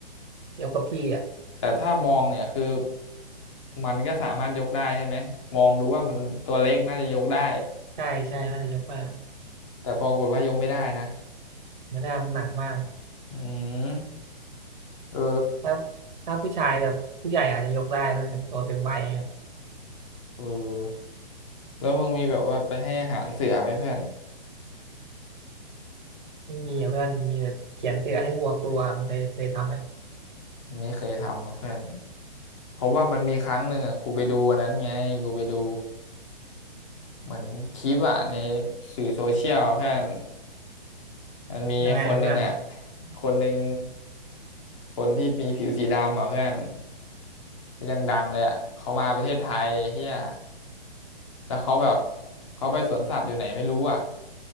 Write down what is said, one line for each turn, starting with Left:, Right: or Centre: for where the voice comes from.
Right: ยกกับพี่อ่ะ
Left: แต่ถ้ามองเนี่ยคือมันก็สามารถยกได้ใช่ไหมมองรู้ว่ามันตัวเล็กน่าจะยกได้
Right: ใช่ใช่น่าจะยกมาก
Left: แต่ปรากฏว่ายกไม่ได้นะ
Right: ไม่ได้มันหนักมาก
Left: อืมเออ
Right: ถ้าถ้าผู้ชายแบบผู้ใหญ่อาจจะยกได้เพื่อนแบบตัวเต็มวัยเนี่ย
Left: เออแล้วมึงมีแบบว่าไปให้อาหารเสือไหมเพื่อน
Right: ไม่มีอ่ะเพื่อนมีแต่เขียนเสือให้วัวกลัวมันเคยเคยทำไหม
Left: ไม่เคยทำหรอกเพื่อนเพราะว่ามันมีครั้งหนึ่งอ่ะกูไปดูอันนั้นไงกูไปดูเหมือนคลิปอ่ะในสื่อโซเชียลอะเพื่อน มันมีคนหนึ่งอ่ะ
Right: ยังไงอะเพื่อน
Left: คนหนึ่งคนที่มีผิวสีดำอ่ะเพื่อนก็ยี่ดังๆเลยอ่ะเขามาประเทศไทยเฮียแล้วเขาแบบเขาไปสวนสัตว์อยู่ไหนไม่รู้อ่ะ